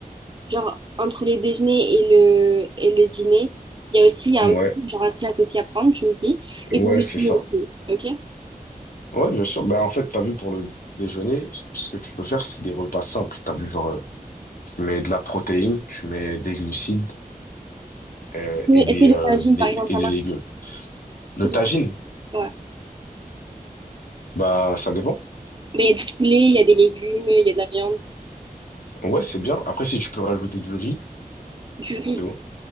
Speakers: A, on the right; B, on the left.
A: Genre, entre le déjeuner et le, et le dîner, il y a aussi un
B: Ouais,
A: petit truc, genre un snack aussi à prendre, tu me dis. Et
B: ouais,
A: pour le
B: c'est
A: dîner
B: ça.
A: aussi, ok?
B: Ouais, bien sûr. Bah, en fait, t'as vu pour le déjeuner, ce que tu peux faire, c'est des repas simples. T'as vu, genre, euh, tu mets de la protéine, tu mets des glucides euh,
A: Mais
B: et des,
A: est-ce que le
B: euh,
A: tagine,
B: des lé-
A: par exemple,
B: et
A: ça
B: des
A: marche?
B: légumes. Le
A: C'est bien.
B: tagine,
A: Ouais.
B: bah, ça dépend.
A: Mais il y a du poulet, il y a des légumes, il y a de la viande,
B: Ouais, c'est bien. Après, si tu peux rajouter du riz,
A: du riz.
B: c'est bon.